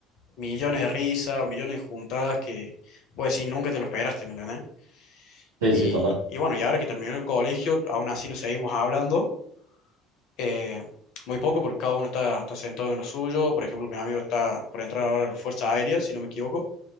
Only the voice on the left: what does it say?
millones de risas o millones de juntadas que, vos decís, nunca te lo esperaste, ¿me entendés?
Y,
y bueno, y ahora que terminó el colegio, aún así nos seguimos hablando, eh, muy poco porque cada uno está, está sentado en lo suyo, por ejemplo, mi amigo está por entrar ahora a las Fuerzas Aéreas, si no me equivoco,